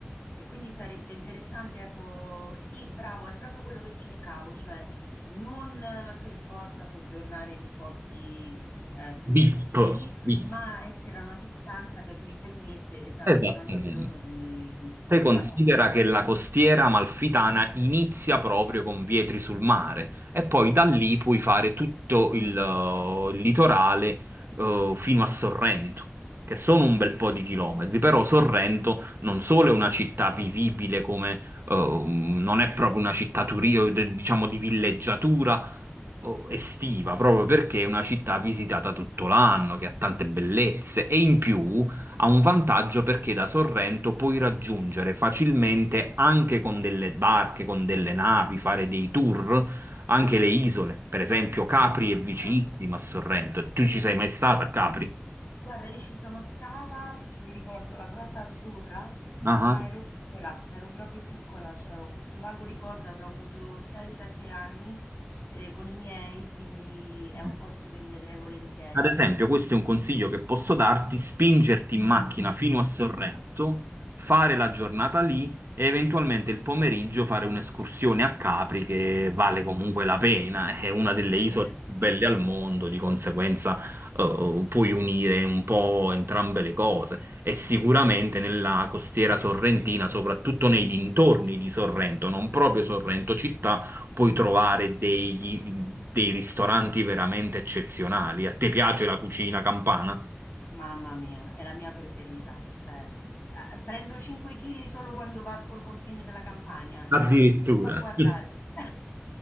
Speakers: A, on the left (about 55°); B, on the right (about 60°).
A: e quindi sarebbe interessante, ecco, sì, bravo, è proprio quello che cercavo, cioè non eh, per forza soggiornare in posti eh, turistici,
B: Bip, bip.
A: ma essere a una distanza che mi permette, esatto,
B: Esattamente.
A: durante il giorno di, di spostarmi.
B: Poi considera che la costiera amalfitana inizia proprio con Vietri sul mare e poi da lì puoi fare tutto il, eh, il litorale eh, fino a Sorrento, che sono un bel po' di chilometri, però Sorrento non solo è una città vivibile come eh, non è proprio una città turi- de- diciamo di villeggiatura o- estiva, proprio perché è una città visitata tutto l'anno, che ha tante bellezze e in più Ha un vantaggio perché da Sorrento puoi raggiungere facilmente, anche con delle barche, con delle navi, fare dei tour, anche le isole. Per esempio, Capri è vicinissima
A: Ah.
B: a Sorrento. Tu ci sei mai stata a Capri?
A: Guarda, io ci sono stata perché mi ricordo la Grotta Azzurra,
B: Ah.
A: ma ero piccola, ero proprio piccola, cioè ho questo vago ricordo, avrò avuto 6-7 anni eh, con i miei, quindi è
B: ah.
A: un posto che rivedrei volentieri.
B: Ad esempio, questo è un consiglio che posso darti, spingerti in macchina fino a Sorrento, fare la giornata lì e eventualmente il pomeriggio fare un'escursione a Capri che vale comunque la pena, è una delle isole
A: Certo.
B: più belle al mondo, di conseguenza eh, puoi unire un po' entrambe le cose e sicuramente nella costiera sorrentina, soprattutto nei dintorni di Sorrento, non proprio Sorrento città, puoi trovare dei, dei ristoranti veramente eccezionali. A te piace la cucina campana?
A: Mamma mia, è la mia preferita, cioè, ehm, prendo 5 chili solo quando varco il confine della Campania, cioè,
B: Addirittura.
A: solo a guardare.
B: <laughs>
A: <laughs>